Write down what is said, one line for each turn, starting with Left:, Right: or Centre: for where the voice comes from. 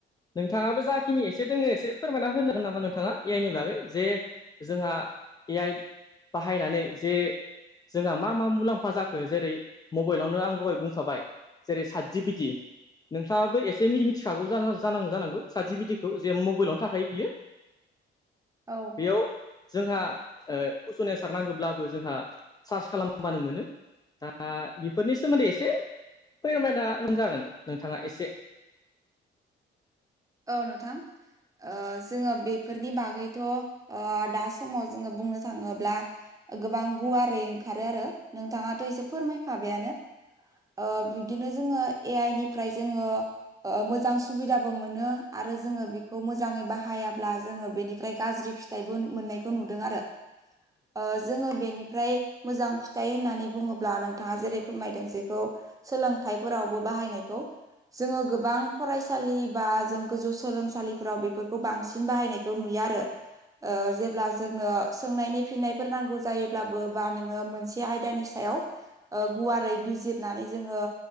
Left: नोंथाङाबो जाखिनि एसे दोङो एसे फोरमायना होनो हागोन नामा नोंथाङा ए आइनि बागै जे जोंहा ए आइ बाहायनानै जे जोंहा मा मा मुलाम्फा जाखो जेरै मबाइलावनो आं दहाय बुंखाबाय जेरै सात जि पि टि नोंथाङाबो एसे मि-मिथिखागौ जा-जानांगौ जानांगौ सात जि पि टि खौ जे मबाइलावनो थाखायो बियो
Right: औ
Left: बेयाव जोंहा ओ कुइसन एन्सार नांगौब्लाबो जोंहा सार्च खालामबानो मोनो दा बेफोरनि सोमोन्दै एसे <unintelligible> जागोन नोंथाङा एसे
Right: औ नोंथां ओ जोङो बेफोरनि बागैथ' ओ दा समाव जोङो बुंनो थाङोब्ला ओ गोबां गुवारै ओंखारो आरो नोंथाङाथ' एसे फोरमायखाबायानो ओ बिब्दिनो जोङो ए आइ निफ्राय जोङो ओ मोजां सुबिदाबो मोनो आरो जोङो बेखौ मोजाङै बाहायाब्ला जोङो बेनिफ्राय गाज्रि फिथाइबो मोननायखौ नुदों आरो ओ जोङो बेनिफ्राय मोजां फिथाइ होननानै बुङोब्ला नोंथाङा जेरै फोरमायदों जेखौ सोलोंथाइफोरावबो बाहायनायखौ जोङो गोबां फरायसालि बा जों गोजौ सोलोंसालिफ्राव बेफोरखौ बांसिन बाहायनायखौ नुयो आरो ओ जेब्ला जोंनो सोंनायनि फिननायफोर नांगौ जायोब्लाबो बा नोङो मोनसे आयदानि सायाव ओ गुवारै बिजिरनानै जोङो